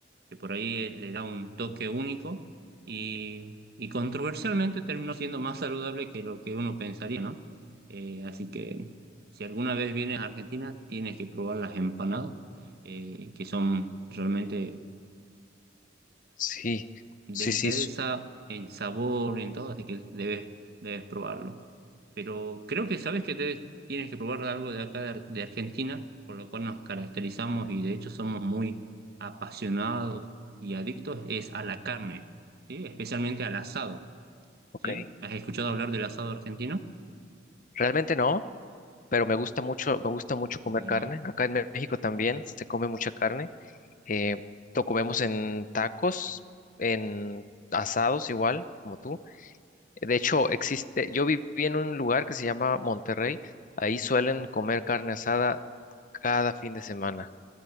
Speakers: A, on the right (about 55°); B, on the left (about 45°).
A: que por ahí eh, le da un toque único y, y controversialmente terminó siendo más saludable que lo que uno pensaría, ¿no? Eh, así que si alguna vez vienes a Argentina, tienes que probar las empanadas, eh, que son realmente
B: sí,
A: delicadeza
B: sí, sí, sí, su-
A: en sabor, en todo, así que debes, debes probarlo. Pero creo que sabes que te- tienes que probar algo de acá de, Ar- de Argentina, por lo cual nos caracterizamos y de hecho somos muy apasionados y adictos, es a la carne, ¿sí? Especialmente al asado,
B: ok.
A: ¿sí? ¿Has escuchado hablar del asado argentino?
B: Realmente no, pero me gusta mucho, me gusta mucho comer
A: No.
B: carne. Acá en México también se come mucha carne. Eh, lo comemos en tacos, en asados igual, como tú. De hecho, existe, yo viví en un lugar que se llama Monterrey. Ahí suelen comer carne asada cada fin de semana.